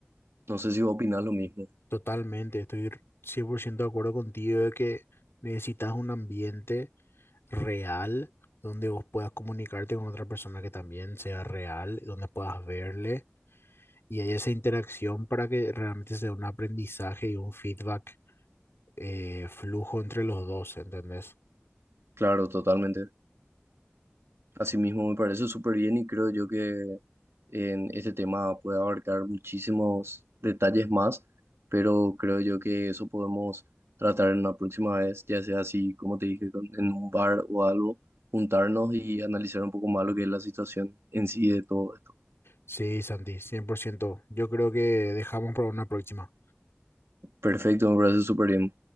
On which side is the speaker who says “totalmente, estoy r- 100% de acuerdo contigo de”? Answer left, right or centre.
Left